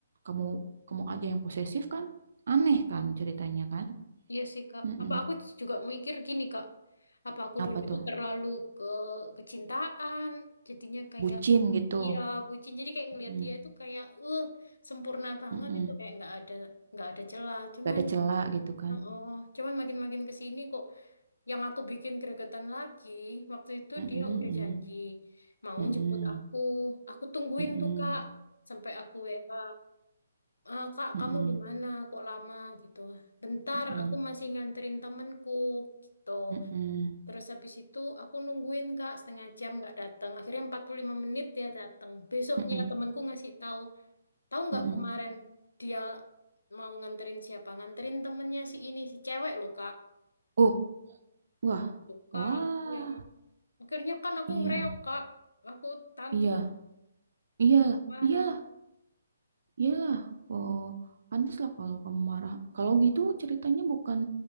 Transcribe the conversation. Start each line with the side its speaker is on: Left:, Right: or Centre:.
Right: kamu kamu aja yang posesif kan? Aneh kan ceritanya kan?
Left: Iya sih Kak.
Right: Mm-mm.
Left: Apa aku juga mikir gini Kak. Apa aku
Right: Apa
Left: dulu itu
Right: tuh?
Left: terlalu ke kecintaan jadinya kayak
Right: Bucin gitu.
Left: Iya, bucin. Jadi kayak ngelihat
Right: Mm,
Left: dia itu kayak, uh, sempurna banget
Right: mm-mm.
Left: itu kayak nggak ada nggak ada celah. Cuman,
Right: Gak ada celah gitu kan?
Left: oh, cuman makin-makin ke sini kok yang aku bikin gregetan lagi. Waktu itu
Right: Mm-mm,
Left: dia
Right: mm-mm,
Left: udah janji mau
Right: mm-mm,
Left: jemput aku. Aku tungguin
Right: mm-mm,
Left: tuh Kak sampai aku WA, "Eh, Kak,
Right: mm-mm,
Left: kamu di mana? Kok lama gitu? Bentar,
Right: mm-mm,
Left: aku masih nganterin temenku gitu.
Right: mm-mm, mm-mm,
Left: Terus habis itu aku nungguin Kak setengah jam nggak datang. Akhirnya 45 menit dia datang. Besoknya
Right: mm-mm,
Left: temanku ngasih tahu, tahu nggak
Right: mm-mm.
Left: kemarin dia mau nganterin siapa? Nganterin temennya si ini, si cewek loh Kak.
Right: Oh, wah,
Left: Tuh, Kak,
Right: wah,
Left: aku yang akhirnya kan aku
Right: iya,
Left: ngereok Kak. Aku tantrum
Right: iya, iya, iyalah,
Left: parah.
Right: iyalah. Iyalah, oh, pantas lah kalau kamu marah. Kalau gitu ceritanya bukan